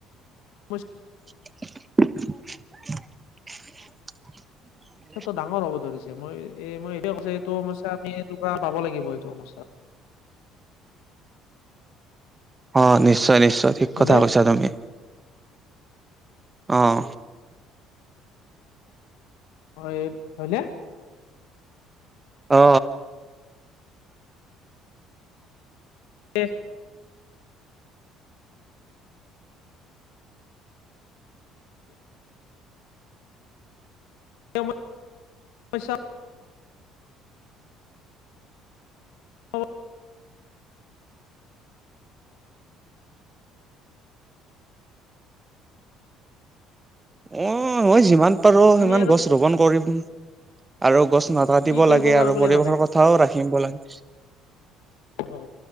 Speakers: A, on the left; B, on the right.
A: ব <unintelligible>
B: <unintelligible>
A: টো ডাঙৰ হ'ব ধৰিছে, মই এই মই সেইটোৱে কৈছোঁ যে এইটো সমস্যা আমি এনেকুৱা পাব লাগিব এইটো সমস্যা।
B: অ নিশ্চয় নিশ্চয় ঠিক
A: হয়নে
B: কথা কৈছা তুমি। অঁ।
A: হয় হয়নে?
B: অ
A: এ তে মই হৈছাব কমাবলৈ
B: অ হয় যিমান যিমান পাৰোঁ সিমান
A: আমি আৰু
B: গছ ৰোপন কৰিম আৰু গছ নাকাটিব
A: কি কৰিব
B: লাগে
A: পাৰো
B: আৰু
A: বুলি
B: পৰিৱেশৰ
A: ভাবে
B: কথ- থাও ৰাখিম ব লাগিছ।
A: হয়।